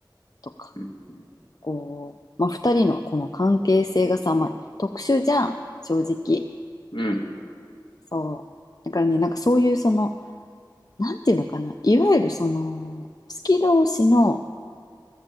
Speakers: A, on the left; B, on the left.
A: とか、
B: うん、うん、
A: こう、まあ、2人のこの関係性がさ、まあ、特殊じゃん、正直。
B: うん、
A: そう。だからね、なんかそういうその、なんていうのかな、いわゆるその、好き同士の、